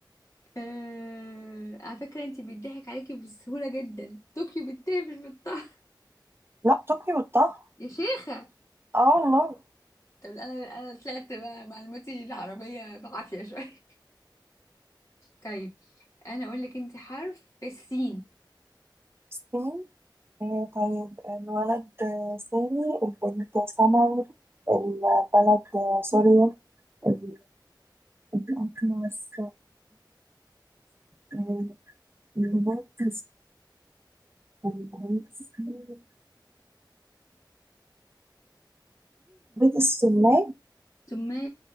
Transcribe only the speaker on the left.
آه... على فكرة انتي بيضحك عليكي بسهولة جدا طوكيو بالتاء مش بالطه
يا شيخة
طب انا انا طلعت بقى معلوماتي العربية بعافية شوية طيب انا اقول لك انت حرف السين
ثم